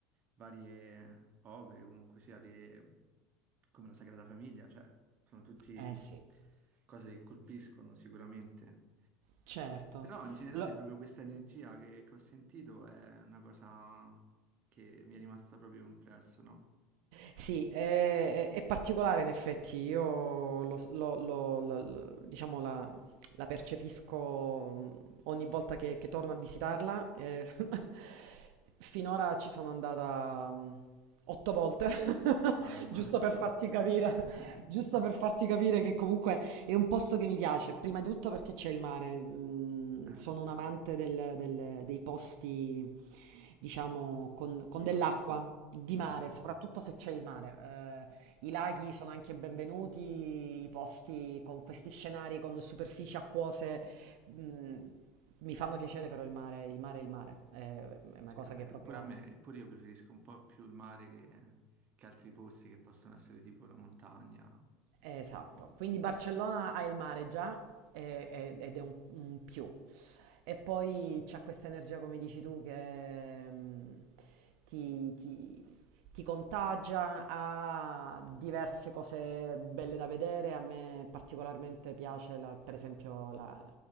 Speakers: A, on the right; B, on the right.
A: varie opere, comunque sia le... come la Sagrada Famiglia, cioè, sono tutte
B: Eh sì.
A: cose che colpiscono sicuramente.
B: Certo.
A: Però in generale
B: Lo-
A: proprio questa energia che, che ho sentito è una cosa che mi è rimasta proprio impresso, no?
B: Sì, è, è- è particolare in effetti, io lo, s- lo- lo- lo- lo- diciamo la, la percepisco mm, ogni volta che, che torno a visitarla. eh, <laughs> finora ci sono andata mm, otto volte, <laughs>
A: Ah, ammazza.
B: giusto per farti capire,
A: <laughs>
B: giusto per farti capire che comunque è un posto che mi piace, prima di tutto perché c'è il mare. mm,
A: Eh,
B: sono un amante del- del- dei posti, diciamo, con, con
A: di
B: dell'acqua,
A: mare.
B: di mare,
A: Mm.
B: soprattutto se c'è il mare. Eh, i laghi sono anche benvenuti, i posti con questi scenari, con superfici acquose, mm, mi fanno piacere però il mare, il mare è il mare. È, è una
A: Sì,
B: cosa
A: è vero.
B: che proprio...
A: Pure a me, pure io preferisco un po' più il mare che, che altri posti che possono essere tipo la montagna.
B: Esatto.
A: o-
B: Quindi Barcellona ha il mare già eh, eh, ed è un un più. E poi c'ha questa energia, come dici tu, che mm, ti, ti- ti contagia, ha diverse cose belle da vedere. A me particolarmente piace, la- per esempio, la-